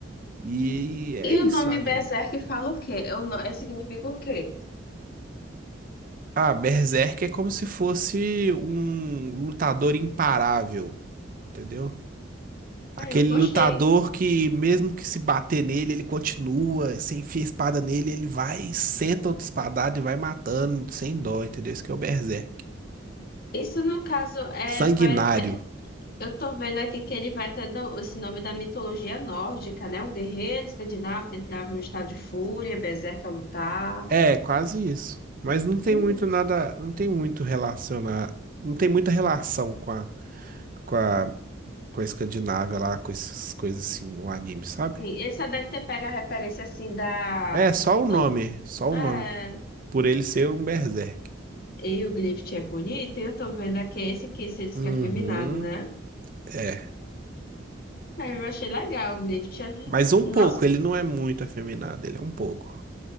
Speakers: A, on the right; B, on the left.
A: E é
B: E
A: isso,
B: o nome
A: o anime.
B: Berserk fala o quê? Eu, significa o quê?
A: Ah, berserk é como se fosse um lutador imparável, entendeu? Aquele
B: Ah, eu gostei.
A: lutador que, mesmo que se bater nele, ele continua. Você enfia a espada nele, ele vai, senta outra espadada e vai matando, sem dó, entendeu? Isso que é o Berserk.
B: Isso, no caso, é,
A: Sanguinário.
B: vai até. Eu tô vendo aqui que ele vai ter do- esse nome da mitologia nórdica, né? Um guerreiro escandinavo que entrava em um estado de fúria, berserk a lutar.
A: É, quase isso. Mas não tem
B: Que
A: muito
B: mais?
A: nada. Não tem muito relacionar. Não tem muita relação com a, com a, com a Escandinávia lá, com essas coisas assim no anime,
B: Sim,
A: sabe?
B: ele só deve ter pego a referência assim da.
A: É, só o
B: Do...
A: nome. Só o
B: É...
A: nome. Por ele ser um Berserk.
B: E o Griffith é bonito, e eu tô vendo aqui esse que você disse
A: Uhum.
B: que é afeminado, né?
A: É.
B: Aí eu achei legal o Griffith. é-
A: Mas um
B: Nossa,
A: pouco, ele não é muito afeminado, ele é um pouco.